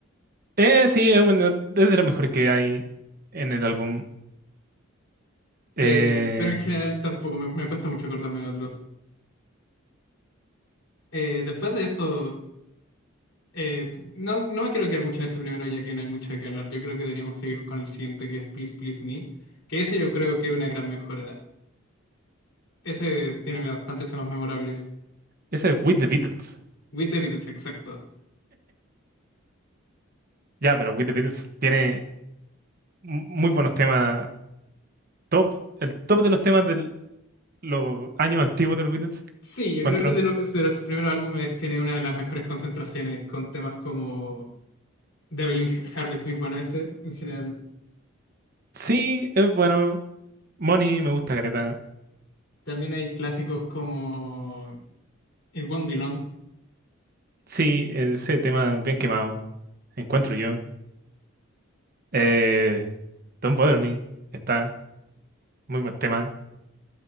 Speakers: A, on the right; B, on the left.
A: Eh, sí, es uno de los mejores que hay en el álbum. Eh,
B: Eh, pero en general tampoco me, me cuesta mucho acordarme de otros. Eh, después de eso, eh, no, no me quiero quedar mucho en este primero, ya que no hay mucho de qué hablar. Yo creo que deberíamos seguir con el siguiente, que es Please Please Me, que ese yo creo que es una gran mejora. Ese tiene bastantes temas memorables.
A: ese es With the Beatles.
B: With the Beatles, exacto.
A: Ya, pero With the Beatles tiene mu- muy buenos temas. Top, el top de los temas del, los años antiguos de los Beatles.
B: Sí, yo
A: Encuentro.
B: creo que de, lo- de los primeros álbumes tiene una de las mejores concentraciones, con temas como Devil in Heart es muy bueno ese, en general.
A: Sí, es bueno. Money me gusta caleta.
B: También hay clásicos como It Won't Be Long.
A: Sí, ese tema bien quemado. Encuentro yo. Eh, Don't Bother Me está muy buen tema.